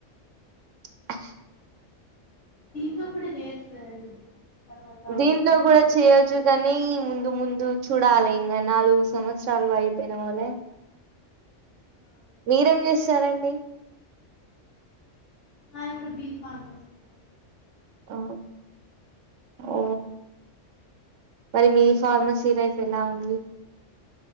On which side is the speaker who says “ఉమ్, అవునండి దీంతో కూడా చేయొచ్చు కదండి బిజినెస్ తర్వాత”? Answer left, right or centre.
Left